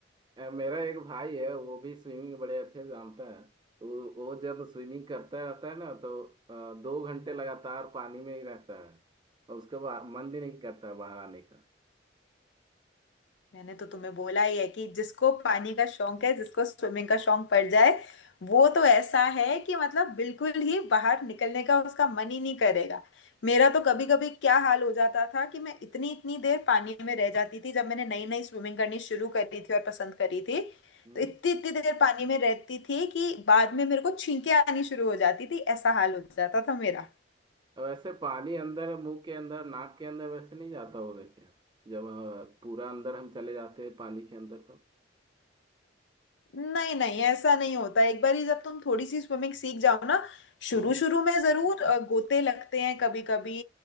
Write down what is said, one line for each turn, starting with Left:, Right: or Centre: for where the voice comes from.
Right: अ, मेरा एक भाई है वो भी स्विमिंग बड़े अच्छे से जानता है वो वो जब स्विमिंग करता रहता है ना तो अ, दो घंटे लगातार पानी में ही रहता है और उसके बाद मन भी नहीं करता है बाहर आने का
Left: मैंने तो तुम्हें बोला ही है कि जिसको पानी का शौक है जिसको स्विमिंग का शौक पड़ जाए वो तो ऐसा है कि मतलब बिल्कुल ही बाहर निकलने का उसका मन ही नहीं करेगा मेरा तो कभी कभी क्या हाल हो जाता था कि मैं इतनी इतनी देर पानी में रह जाती थी जब मैंने नई नई स्विमिंग करनी शुरू करी थी और पसंद करी थी
Right: हम्म
Left: तो इतनी इतनी देर पानी में रहती थी कि बाद में मेरे को छींके आनी शुरू हो जाती थी ऐसा हाल हो जाता था मेरा
Right: और वैसे पानी अंदर मुंह के अंदर नाक के अंदर वैसे नहीं जाता होगा क्या जब अ, पूरा अंदर हम चले जाते हैं पानी के अंदर तो
Left: नहीं नहीं ऐसा नहीं होता एक बार ही जब तुम थोड़ी सी स्विमिंग सीख जाओ ना शुरू
Right: हम्म
Left: शुरू में जरूर अ, गोते लगते हैं कभी कभी